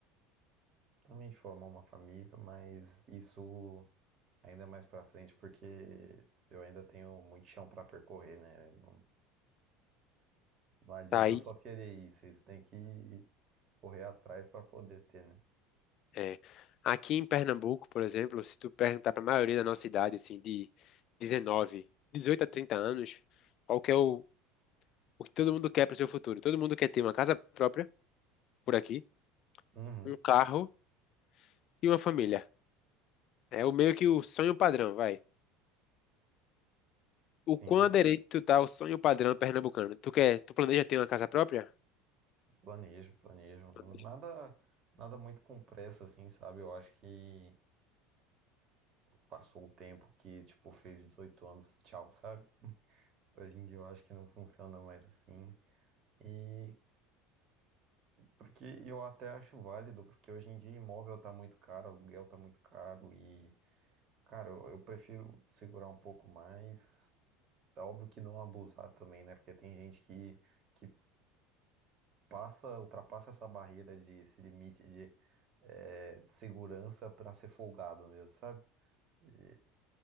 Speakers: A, on the right; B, on the left.
A: também de formar uma família, mas isso ainda mais pra frente, porque eu ainda tenho muito chão pra percorrer, né? Não, não adianta
B: Tá aí.
A: eu só querer ir, vocês têm que correr atrás pra poder ter, né?
B: É. Aqui em Pernambuco, por exemplo, se tu perguntar para a maioria da nossa idade, assim, de 19, 18 a 30 anos, qual que é o, o que todo mundo quer para o seu futuro? Todo mundo quer ter uma casa própria por aqui,
A: Uhum,
B: um carro e uma família. É o meio que o sonho padrão, vai. O
A: sim,
B: quão aderente tu tá ao sonho padrão pernambucano? Tu quer, tu planeja ter uma casa própria?
A: planejo, planejo.
B: Planejo.
A: Nada, nada muito com pressa, assim, sabe? Eu acho que Passou o tempo que, tipo, fez 18 anos, tchau, sabe? <laughs> Hoje em dia eu acho que não funciona mais assim. E porque eu até acho válido, porque hoje em dia imóvel tá muito caro, aluguel tá muito caro e, cara, eu, eu prefiro segurar um pouco mais. É óbvio que não abusar também, né? Porque tem gente que, que passa, ultrapassa essa barreira de esse limite de é, segurança pra ser folgado mesmo, sabe? E,